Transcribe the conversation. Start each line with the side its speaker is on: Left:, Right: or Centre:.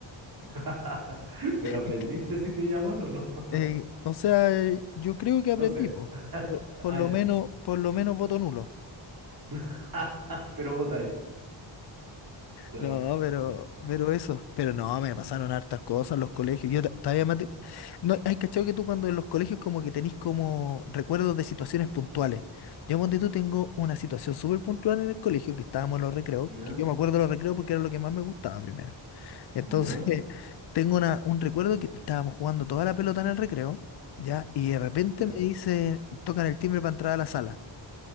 Right: <laughs> Pero aprendiste
Left: Es que,
Right: si te iba mal o no. <laughs>
Left: eh, o sea, eh, yo creo que aprendí,
Right: No sé.
Left: po.
Right: <laughs>
Left: Por, por
Right: Ah,
Left: lo
Right: ya.
Left: menos, por lo menos voto nulo.
Right: <laughs> Pero vota ahí. Ya.
Left: No, pero, pero eso. Pero no, me pasaron hartas cosas en los colegios. Yo ta- todavía mate... No, hay cachado que tú cuando en los colegios como que tenés como recuerdos de situaciones puntuales. Yo ponte tú tengo una situación súper puntual en el colegio, que estábamos en los recreos,
Right: Ya.
Left: que yo me acuerdo de los recreos porque era lo que más me gustaba primero. Entonces,
Right: Ya.
Left: <laughs> tengo una, un recuerdo que estábamos jugando toda la pelota en el recreo, ¿ya? Y de repente
Right: Ya.
Left: me dice, tocan el timbre para entrar a la sala.